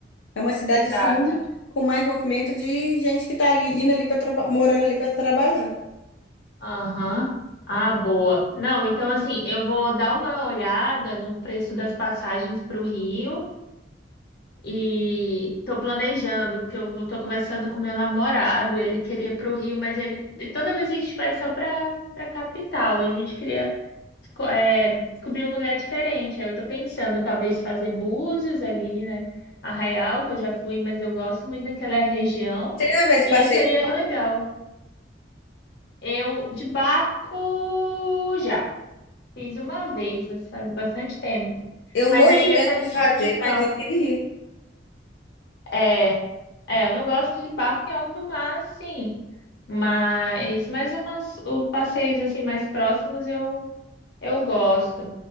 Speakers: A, on the left; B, on the left.
A: É uma cidade
B: exato.
A: assim com mais movimento de gente que tá ali indo ali para morando ali para trabalhar.
B: Aham. Ah, boa. Não, então assim, eu vou dar uma olhada no preço das passagens para o Rio e tô planejando, porque eu vou- tô conversando com meu namorado, ele queria para o Rio, mas ele e toda vez a gente vai só para para capital, e a gente queria esco- é, descobrir um lugar diferente. Aí eu tô pensando talvez fazer Búzios ali, né? Arraial, que eu já fui, mas eu gosto muito daquela região.
A: Você já vê esse
B: E
A: passeio
B: aí seria
A: de barco?
B: legal. Eu de barco já. Fiz uma vez, mas faz bastante tempo.
A: Eu
B: Mas
A: morro
B: aí
A: de medo
B: essa região
A: de fazer,
B: de campo
A: mas eu queria.
B: é, é, eu não gosto de barco em alto mar, sim, mas mais umas o passeios assim mais próximos eu eu gosto.